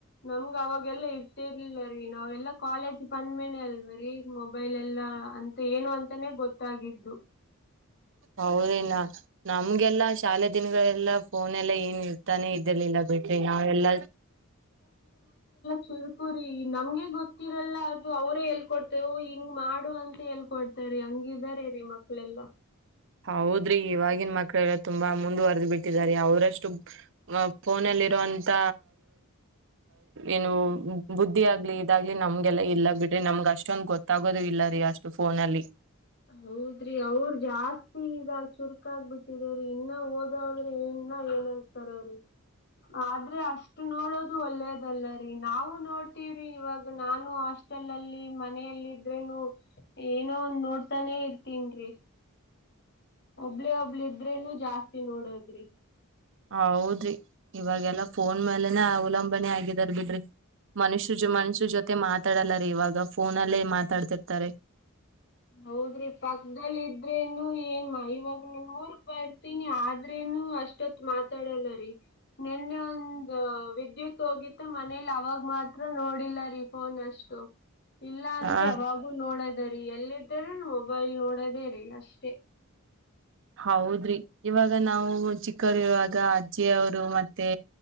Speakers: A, on the left; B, on the right.
A: ನಮ್ಗ ಅವಾಗೆಲ್ಲಾ ಇರ್ತಿರ್ಲಿಲ್ಲ ರೀ ನಾವೆಲ್ಲಾ ಕಾಲೇಜ್ ಬಂದ್ಮೇನೆ ಅಲ್ವರಿ ಮೊಬೈಲ್ ಎಲ್ಲಾ ಅಂತ ಏನು ಅಂತಾನೇ ಗೊತ್ತಾಗಿದ್ದು
B: ಹೌದಲ್ಲ ನಮ್ಗೆಲ್ಲಾ ಶಾಲೆ ದಿನಗಳೆಲ್ಲಾ ಫೋನ್ ಎಲ್ಲ ಏನ್ ಇರ್ತಾನೆ ಇದರ್ಲಿಲ್ಲ ಬಿಟ್ರಿ ನಾವೆಲ್ಲ
A: ಚುರುಕುರಿ ನಮ್ಗೆ ಗೊತ್ತಿರಲ್ಲ ಅದು ಅವರೇ ಹೇಳ್ಕೊಡ್ತೇವು ಹಿಂಗ್ ಮಾಡು ಅಂತ ಹ ಕೊಡ್ತ ರೀ ಹಂಗಿದಾರ ರೀ ಮಕ್ಳೆಲ್ಲಾ
B: ಹೌದ್ರಿ ಇವಾಗಿನ ಮಕ್ಳ ತುಂಬಾ ಮುಂದುವರೆದ ಬಿಟ್ಟಿದ್ದಾರೆ ಅವರಷ್ಟು ಫೋನಲ್ಲಿ ಇರುವೋಂತ ಏನು ಬುದ್ಧಿ ಆಗ್ಲಿ ಇದಾಗ್ಲಿ ನಮ್ಗೆಲ್ಲಾ ಇಲ್ಲ ಬಿಟ್ಟ ರೀ ನಮ್ಗ್ ಅಷ್ಟೊಂದ ಗೊತ್ತಾಗೋದು ಇಲ್ಲ ರೀ ಅಷ್ಟು ಫೋನ ಅಲ್ಲಿ
A: ಹೌದ್ರಿ ಅವ್ರ ಜಾಸ್ತಿ ಇದಾಗ ಚುರ್ಕ ಆಗ್ ಬಿಟ್ಟಿದ್ರೀ ಇನ್ನ ಹೋದ್ರೆ ಏ, ಏನ್ತಾರೀ ಆದ್ರೆ ಅಷ್ಟು ನೋಡೋದು ಒಳ್ಳೇದಲ್ಲ ರೀ. ನಾವು ನೋಡ್ತೀವ್ರಿ ಇವಾಗ ನಾನು ಹಾಸ್ಟೆಲ್ ಅಲ್ಲಿ ಮನಲ್ಲ ಇದ್ರೇನು ಏನೋ ಒಂದ್ ನೋಡ್ತಾನೆ ಇರ್ತಿನಿರಿ. ಒಬ್ಳೇ ಒಬ್ಳ ಇದ್ರೇನು ಜಾಸ್ತಿ ನೋಡದ್ರಿ.
B: ಹೌದ್ರಿ ಇವಾಗೆಲ್ಲಾ ಫೋನ್ ಮೇಲೆನೆ ಅವಲಂಬನೆ ಆಗಿದಾರ ಬಿಡ್ರಿ. ಮನುಷ್ಯ ಜ್ ಮನುಷ್ಯ ಜೊತೆ ಮಾತಾಡಲ್ಲ ರ ಇವಾಗ ಫೋನಲ್ಲೇ ಮಾತಾಡ್ತಿರ್ತಾರೆ.
A: ಹೌದ್ರಿ ಪಕ್ಕದಲ್ ಇದ್ರೇನು ಏನ್ ಇವಾಗ ನನ್ ಮೂರ್ಗ್ ಬರ್ತೀನಿ ಆದ್ರೇನು. ನಾನು ಅಷ್ಟೊತ್ ಮಾತಾಡಲ್ಲ ರೀ. ನಿನ್ನೆ ಒಂದ ವಿದ್ಯುತ್ ಹೋಗಿತ್ತ ಮನೇಲಿ ಅವಾಗ ಮಾತ್ರ ನೋಡಿಲ್ಲ ರೀ ಫೋನ್ ಅಷ್ಟೆ. ಇಲ್ಲ ಅಂದ್ರೆ
B: ಆ
A: ಅವಾಗೂ ನೋಡೋದ ರೀ ಎಲ್ಲಿ. ತರ ಮೊಬೈಲ್ ನೋಡದೇ- ರೀ -ಅಷ್ಟೇ.
B: ಹೌದ್ರಿ ಇವಾಗ ನಾವು ಚಿಕ್ಕವರು ಇರುವಾಗ ಅಜ್ಜಿಯವರು ಮತ್ತೆ.